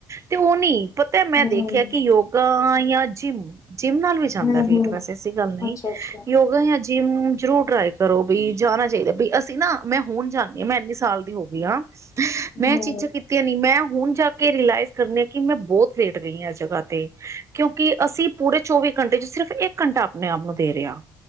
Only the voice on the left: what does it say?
ਹੂੰ
ਹੂੰ
ਹੂੰ
ਅੱਛਾ ਅੱਛਾ
ਹੂੰ